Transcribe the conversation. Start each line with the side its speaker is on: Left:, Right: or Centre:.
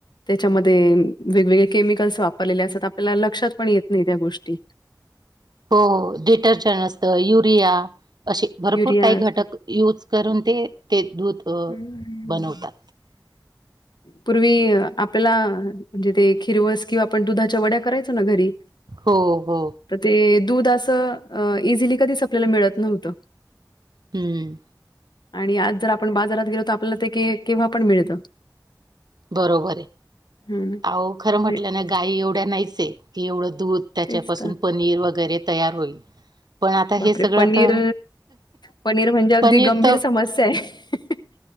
Left: त्याच्यामध्ये वेगवेगळे केमिकल् वापरलेल्या असतात आपल्याला लक्षात पण येत नाही त्या गोष्टी
Right: हो डिटर्जंट असतं युरिया असे भरपूर
Left: युरिया
Right: काही
Left: असतो.
Right: घटक यूज करून ते ते दूध
Left: हम्म.
Right: बनवतात
Left: पूर्वी आपल्याला म्हणजे ते खिरवस किंवा आपण दुधाच्या वड्या करायचो ना घरी
Right: हो हो
Left: तर ते दूध असं इझिली कधीच आपल्याला मिळत नव्हतं
Right: हम्म
Left: आणि आज जर आपण बाजारात गेलो तर आपल्याला ते के केव्हा पण मिळतं
Right: बरोबर आहे
Left: हम्म.
Right: आहे खरं म्हटल्या
Left: म्हणजे
Right: ना गायी एवढ्या नाहीच की एवढं दूध त्याच्यापासून
Left: तेच तर
Right: पनीर वगैरे तयार होईल पण आता
Left: बापरे
Right: हे सगळं
Left: पनीर
Right: आता
Left: पनीर म्हणजे अगदी
Right: पनीर
Left: गंभीर
Right: तर
Left: समस्या आहे